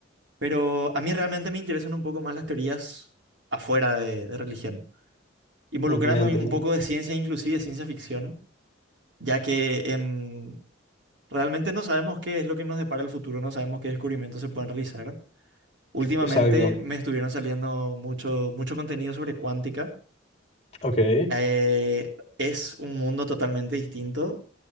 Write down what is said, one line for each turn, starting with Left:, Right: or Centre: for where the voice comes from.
Right: pero a mí realmente me interesan un poco más las teorías afuera de, de religión, involucrando
Left: Ujú, ya entiendo.
Right: un un poco de ciencia, inclusive ciencia ficción, ya que Realmente no sabemos qué es lo que nos depara el futuro, no sabemos qué descubrimientos se pueden realizar. Últimamente
Left: Exacto.
Right: me estuvieron saliendo mucho, mucho contenido sobre cuántica.
Left: Ok.
Right: Eh, es un mundo totalmente distinto,